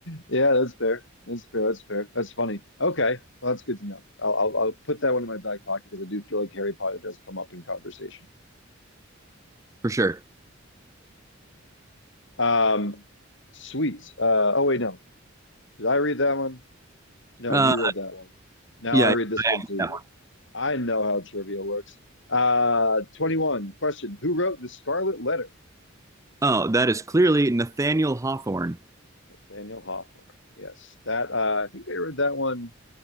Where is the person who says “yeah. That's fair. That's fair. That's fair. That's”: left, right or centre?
Left